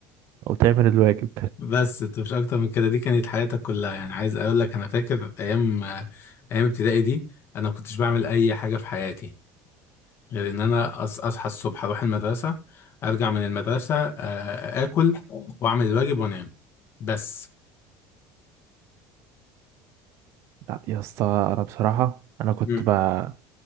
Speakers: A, on the right (about 60°); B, on the left (about 50°).
A: أو تعمل الواجب
B: بس انت مش اكتر من كده دي كانت حياتك كلها يعني عايز اقول لك انا فاكر ايام آه، ايام ابتدائي دي انا ما كنتش بعمل اي حاجه في حياتي غير ان انا أص- اصحى الصبح اروح المدرسه ارجع من المدرسه آه، اكل واعمل الواجب وانام بس
A: لا يا اسطى أنا بصراحة أنا كنت
B: مم.
A: ب-